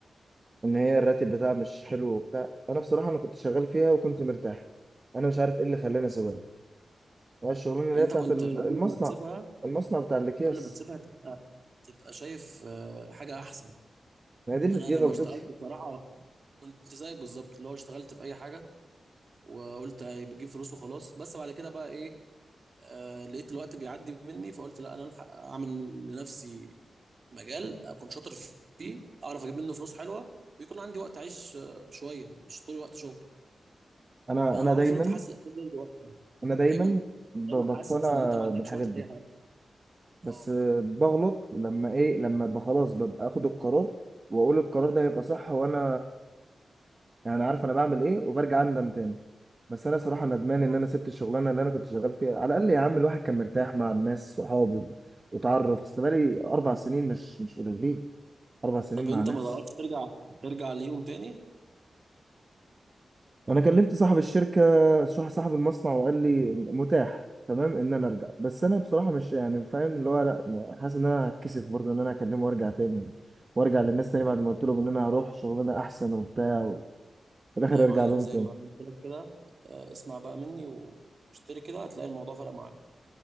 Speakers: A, on the right (about 25°); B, on the right (about 45°).
A: إن هي الراتب بتاعها مش حلو وبتاع أنا بصراحة أنا كنت شغال فيها وكنت مرتاح أنا مش عارف إيه اللي خلاني أسيبها هي الشغلانة اللي
B: انت
A: هي بتاعت
B: كنت
A: ال-
B: قبل
A: المصنع
B: ما تسيبها
A: المصنع بتاع الأكياس
B: قبل ما تسيبها تبقى تبقى شايف آه، حاجه احسن
A: ما هي دي
B: انا
A: دي
B: لما
A: غلطتي
B: اشتغلت بصراحه كنت زيك بالظبط اللي هو اشتغلت في اي حاجه وقلت هي بتجيب فلوس وخلاص بس بعد كده بقى ايه آه لقيت الوقت بيعدي مني فقلت لا انا الحق اعمل لنفسي مجال اكون شاطر فيه اعرف اجيب منه فلوس حلوه ويكون عندي وقت اعيش آه، شويه مش طول الوقت شغل
A: أنا
B: يعني
A: أنا
B: انا عارف
A: دايما
B: ان انت حاسس الاحساس ده دلوقتي
A: أنا دايما
B: دايما
A: ب-
B: دايما
A: بقتنع
B: حاسس ان انت ما عندكش
A: بالحاجات
B: وقت
A: دي
B: لاي حاجه
A: بس
B: اه
A: آه، بغلط لما ايه لما ابقى خلاص ببقى اخد القرار واقول القرار ده هيبقى صح وانا يعني عارف انا بعمل ايه وبرجع اندم تاني بس انا صراحه ندمان ان
B: آه.
A: انا سبت الشغلانه اللي انا كنت شغال فيها على الاقل يا عم الواحد كان مرتاح مع الناس صحابي وتعرف اصل بقالي اربع سنين مش مش قليلين اربع سنين
B: طب انت
A: مع ناس
B: ما تعرفش ترجع ترجع ليهم تاني
A: انا كلمت صاحب الشركه صاح- صاحب المصنع وقال لي متاح تمام ان انا ارجع بس انا بصراحه مش يعني فاهم اللي هو لا ما- حاسس ان انا هتكسف برضه ان انا اكلمه وارجع تاني وارجع للناس تاني
B: ايوه
A: بعد ما قلت لهم ان انا هروح شغلانه احسن وبتاع وفي الاخر
B: لا يا
A: ارجع
B: معلم
A: لهم
B: زي
A: تاني
B: ما قلت لك كده آه، اسمع بقى مني و- واشتري كده هتلاقي الموضوع فرق معاك